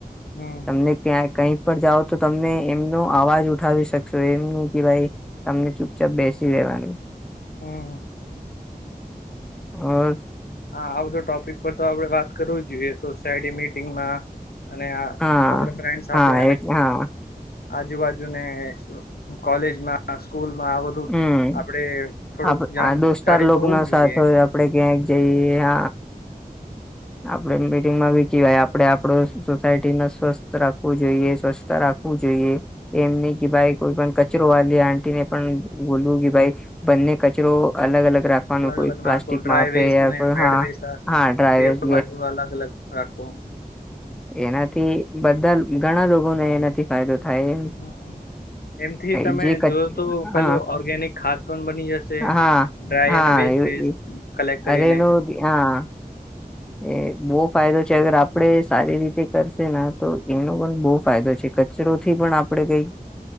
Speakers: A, on the left; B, in the centre.
A: હમ
B: તમને ક્યાંક. કંઈ પણ જાઓ તો તમને એમનો અવાજ ઉઠાવી શકશો એમનું કે ભાઈ તમને ચુપચાપ બેસી રહેેવાની.
A: હા,
B: અ
A: હા, આ બધો ટોપિક પર તો આપડે વાત કરવું જ જોઈએ. સોસાયટી મિટીગમાં અને આપ
B: હા
A: ફ્રેન્ડ સાથે
B: હા
A: અને.
B: એ હા
A: આજુબાજુને કોલેજમાં સ્કૂલમાં આવે. તો
B: હમ
A: આપડે થોડુંક
B: આ
A: જાણકારી
B: દોસ્તાર લોકો
A: તો હોવું
B: ના
A: જોઈએ.
B: સાથે આપડે ક્યાંક જઈએ, હ આપડે મીટિંગમાં બી બેસી ગયા, આપડે આપડું સોસાયટીને સ્વસ્થ રાખવું જોઈએ, સ્વસ્થ રાખવું જોઈએ, એમ ન ભાઈ કોઈપણ કચરો વાલી આટીને પણ બોલ્યું ભાઈ બંને કચરો અલગ અલગ રાખ આપવા કોઈ
A: અલગ
B: પ્લાસ્ટિક
A: નાખો ડ્રાય
B: માપે
A: વેસ્ટ
B: યા
A: ને
B: કોઈ
A: વેડ
B: હા
A: વેસ્ટ
B: હા ડ્રાયવે
A: બે બાજુ અલગ અલગ રાખવું
B: એનાથી બધા ઘણા લોકોને એનાથી ફાયદો થાય એમ
A: હ એમથી
B: એ
A: તમે
B: જે કચ
A: જોય તો
B: હા
A: પેલું ઓર્ગેનિક ખાદ પણ બની જશે
B: હા
A: ડ્રાય
B: હા
A: અને વેસ્ટ વેસ્ટ
B: એ
A: ક્લેકટ કરીને
B: અરે એનો હા એ બહુ ફાયદો છે અગર આપણે સારી રીતે કરશે તો એનો પણ બહુ ફાયદો છે કચરોથી પણ આપણેે કઈ